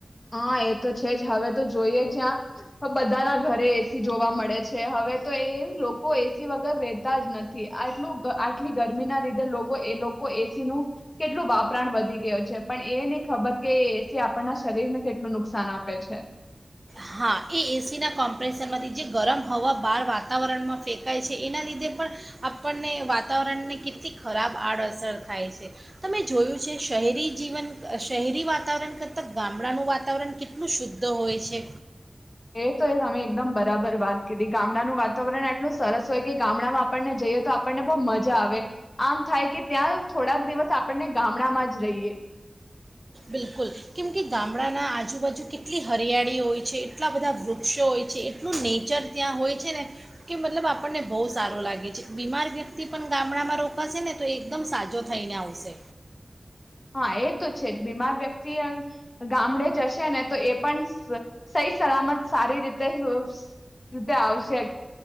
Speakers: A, on the left; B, on the right.
A: હા એ તો છે જ હવે તો જોઈએ જ્યાં બધાના ઘરે એ સી જોવા મળે છે હવે તો એ લોકો એ સી વગર રહેેતા જ નથી આટલું આટલી ગરમીના લીધે એ લોકો એ સી નું કેટલું વાપરાણ વધી ગયું છે પણ એ નહીં ખબર કે એ સી આપણના શરીરને કેટલું નુકસાન આપે છે.
B: હા એ એ સીના કોમ્પ્રેસરમાંથી જે ગરમ હવા બહાર વાતાવરણમાં ફેંકાય છે એના લીધે પણ આપણને વાતાવરણને કેટલી ખરાબ આડઅસર થાય છે તમે જોયું છે શહેરી જીવન શહેરી વાતાવરણ કરતાં ગામડાનું વાતાવરણ કેટલું શુદ્ધ હોય છે.
A: એ તો એ તમે એકદમ બરાબર વાત કીધી ગામડાનું વાતાવરણ આટલું સરસ હોય કે ગામડામાં આપણને જઈએ તો આપણને બહુ મજા આવે આમ થાય કે ત્યાં થોડાક દિવસ આપણને ગામડામાં જ રહીએ.
B: બિલકુલ, કેમ કે ગામડાના આજુબાજુ કેટલી હરિયાળી હોય છે એટલા બધા વૃક્ષો હોય છે એટલું નેચર ત્યાં હોય છે ને કે મતલબ આપણને બહુ સારું લાગે છે બીમાર વ્યક્તિ પણ ગામડામાં રોકાશે ને તો એકદમ સાજો થઈને આવશે.
A: હા એ તો છે જ બીમાર વ્યક્તિ ગામડે જશે ને તો એ પણ સહી સલામત સારી રીતે અ રીતે આવશે.